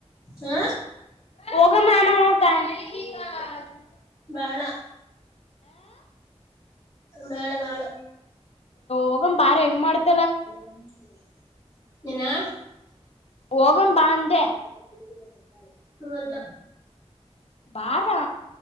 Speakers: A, on the left (about 35°); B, on the left (about 60°).
A: ಹಾ
B: ಹೋಗ ಮಾಾಮ ಅವ <unintelligible>
A: ಬೇಡ ಬೇಡ ಬೇಡ
B: ಹೋಗೋಣ ಬರೀ ಹೆಂಗ್ ಮಾಡ್ತ
A: <unintelligible> ಏನ <unintelligible>
B: ಹೋಗಂ ಬಾ ಅಂದೆ
A: ಒಲ್ಲ
B: ಬಾರ